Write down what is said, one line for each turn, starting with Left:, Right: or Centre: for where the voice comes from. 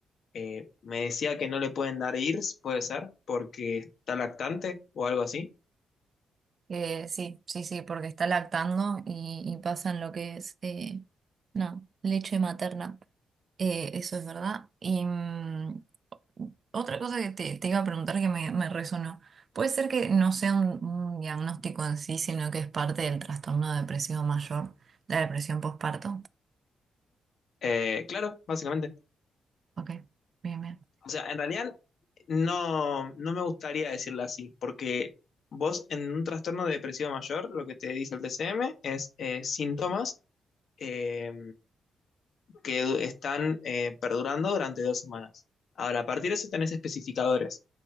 Left: Eh, me decía que no le pueden dar IRS, puede ser, porque está lactante o algo así.
Right: Eh, sí, sí, sí, porque está lactando y, y pasa lo que es, eh, no, leche materna. Eh, eso es verdad. Y mm, otra cosa que te, te iba a preguntar que me, me resonó. Puede ser que no sea un, un diagnóstico en sí, sino que es parte del trastorno depresivo mayor, la depresión postparto.
Left: Eh, claro, básicamente.
Right: Ok, bien, bien.
Left: O sea, en realidad No, no me gustaría decirlo así, porque vos en un trastorno de depresivo mayor, lo que te dice el DCM es eh, síntomas eh, que du- están eh, perdurando durante dos semanas. Ahora, a partir de eso tenés especificadores.